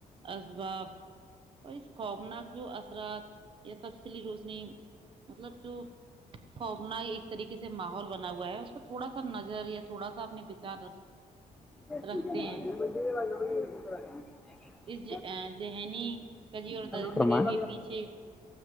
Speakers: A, on the right (about 35°); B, in the centre.
A: اباب اور اس خوفناک جو اثرات یا تفصیلی روشنی مطلب جو خو اپنا ایک طریقے سے ماحول بنا ہوا ہے تھوڑا سا نظر یا تھوڑا سا اپنے وچار رکھ
B: مڑ
A: رکھتے ہیں
B: بڑ
A: اس
B: <unintelligible>
A: ذہنی کجی اور درندگی
B: فرمائیں
A: کے پیچھے